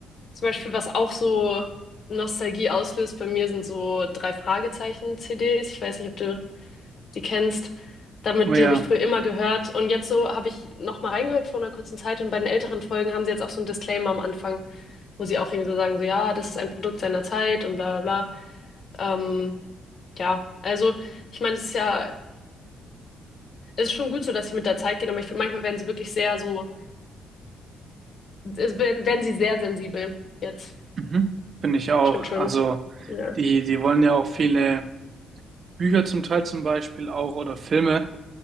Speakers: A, on the left (about 55°); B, on the right (about 50°).
A: Zum Beispiel, was auch so Nostalgie auslöst bei mir, sind so drei Fragezeichen-CDs. Ich weiß nicht, ob du die kennst. Damit,
B: ja,
A: die habe ich früher immer gehört. Und jetzt so habe ich noch mal reingehört vor einer kurzen Zeit. Und bei den älteren Folgen haben sie jetzt auch so einen Disclaimer am Anfang, wo sie auch irgendwie so sagen, so ja, das ist ein Produkt seiner Zeit und bla bla bla. Ähm, ja, also ich meine, es ist ja, es ist schon gut so, dass sie mit der Zeit gehen, aber ich finde, manchmal werden sie wirklich sehr so, es werden, werden sie sehr sensibel jetzt.
B: mhm. Finde ich auch.
A: Stimmt schon.
B: Also
A: Ja.
B: die, die wollen ja auch viele. Bücher zum Teil zum Beispiel auch oder Filme,